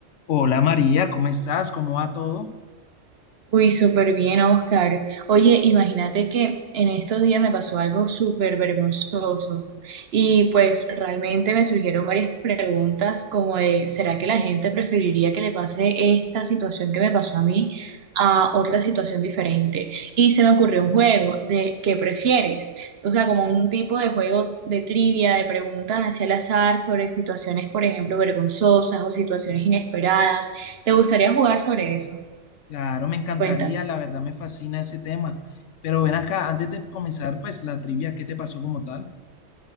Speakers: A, on the left (about 75°); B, on the right (about 60°).
A: Hola María, ¿cómo estás? ¿Cómo va todo?
B: Uy, súper bien, Oscar. Oye, imagínate que en estos días me pasó algo súper vergonzoso y pues realmente me surgieron varias preguntas como de, ¿será que la gente preferiría que le pase esta situación que me pasó a mí a otra situación diferente? Y se me ocurrió un juego de ¿qué prefieres? O sea, como un tipo de juego de trivia, de preguntas hacia el azar sobre situaciones, por ejemplo, vergonzosas o situaciones inesperadas. ¿Te gustaría jugar sobre eso?
A: Claro, me encantaría,
B: Cuéntame.
A: la verdad me fascina ese tema. Pero ven acá, antes de comenzar, pues la trivia, ¿qué te pasó como tal?